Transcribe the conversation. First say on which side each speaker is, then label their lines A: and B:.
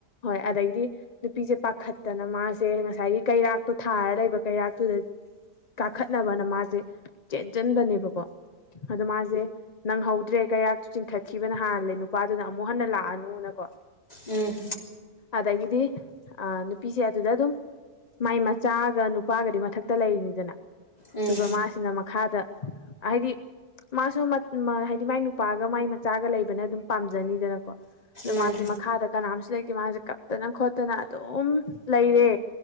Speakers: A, on the left; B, on the left.
A: ꯍꯣꯏ ꯑꯗꯩꯗꯤ ꯅꯨꯄꯤꯁꯦ ꯄꯥꯈꯠꯇꯅ ꯃꯥꯁꯦ ꯉꯁꯥꯏꯒꯤ ꯀꯩꯔꯥꯛꯇꯣ ꯊꯥꯔ ꯂꯩꯕ ꯀꯩꯔꯥꯛꯇꯨꯗ ꯀꯥꯈꯠꯅꯕꯅ ꯃꯥꯁꯦ ꯆꯦꯟꯁꯤꯟꯕꯅꯦꯕꯀꯣ ꯑꯗ ꯃꯥꯁꯦ ꯅꯪꯍꯧꯗ꯭ꯔꯦ ꯀꯌꯥꯛꯇꯨ ꯆꯤꯡꯈꯠꯈꯤꯕꯅ ꯍꯥꯥꯟꯂꯦ ꯅꯨꯄꯥꯗꯨꯅ ꯑꯃꯨꯛ ꯍꯟꯅ ꯂꯥꯛꯑꯅꯨꯅꯀꯣ
B: ꯎꯝ
A: ꯑꯗꯒꯤꯗꯤ ꯑ ꯅꯨꯄꯤꯁꯦ ꯑꯗꯨꯗ ꯑꯗꯨꯝ ꯃꯥꯏ ꯃꯆꯥꯒ ꯅꯨꯄꯥꯒꯗꯤ ꯃꯊꯛꯇ ꯂꯩꯔꯤꯅꯤꯗꯅ
B: ꯎꯝ
A: ꯑꯗꯨꯒ ꯃꯥꯁꯤꯅ ꯃꯈꯥꯗ ꯍꯥꯏꯗꯤ ꯃꯥꯁꯨ ꯍꯥꯏꯗꯤ ꯃꯥꯏ ꯅꯨꯄꯥꯒ ꯃꯥꯏ ꯃꯆꯥꯒ ꯂꯩꯕꯅ ꯑꯗꯨꯝ ꯄꯥꯝꯖꯅꯤꯗꯅꯀꯣ ꯑꯗꯨ
B: ꯃꯥꯅꯦ
A: ꯃꯥꯁꯦ ꯃꯈꯥꯗ ꯀꯅꯥꯝꯁꯨ ꯂꯩꯇꯦ ꯃꯥꯁꯦ ꯀꯞꯇꯅ ꯈꯣꯠꯇꯅ ꯑꯗꯨꯝ ꯂꯩꯔꯦ